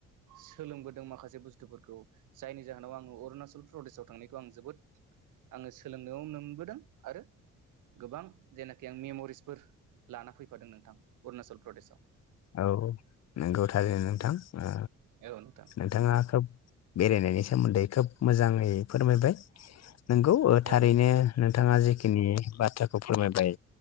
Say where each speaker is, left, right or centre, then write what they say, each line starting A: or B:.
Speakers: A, on the right; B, on the left.
A: सोलोंबोदों माखासेबु बुस्थुफोरखौ जायनि जाहोनाव आङो अरुणाचल प्रदेशाव थांनायखौ आं जोबोद आङो सोलोंनोाव मोनबोदों आरो गोबां जेनाखि आं मेमरिसफोर लाना फैफादों नोंथां अरुणाचल प्रदेशआव।
B: औ नंगौ थार नोंथां। ओ
A: औ नोंथां
B: नोंथाङा खोब बेरायनायनि सोमोन्दै। खोब मोजाङै फोरमायबाय। नंगौ थारैनो
A: औ नोंथां
B: नोंथाङा जखिनि बाथ्राखौ फोरमायबाय